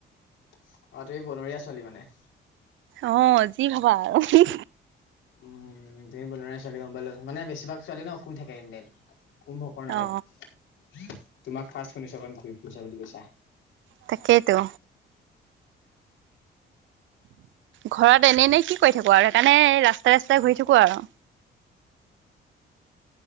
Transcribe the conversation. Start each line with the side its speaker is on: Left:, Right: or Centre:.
Left: অ', তুমি বনৰীয়া ছোৱালী মানে?
Right: অ', যি ভাবা আৰু।
Left: উম, তুমি বনৰীয়া ছোৱালী গম পালোঁ, মানে বেছিভাগ ছোৱালী ন' শুই থাকে এনি টাইম কুম্ভকৰ্ণ
Right: অ
Left: টাইপ। তোমাক ফাৰ্ষ্ট শুনিছোঁ <unintelligible> ঘূৰি ফুৰিছা বুলি কৈছা।
Right: তাকেটো। ঘৰত এনে, এনে কি, কৰি থাকো আৰু সেইকাৰণে ৰা ৰাস্তাই, ৰাস্তাই ঘূৰি থাকো আৰু।